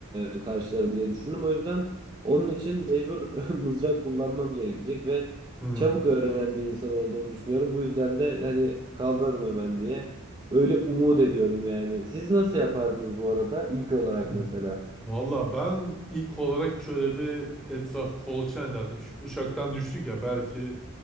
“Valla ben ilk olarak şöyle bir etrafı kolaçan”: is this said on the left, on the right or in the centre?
Centre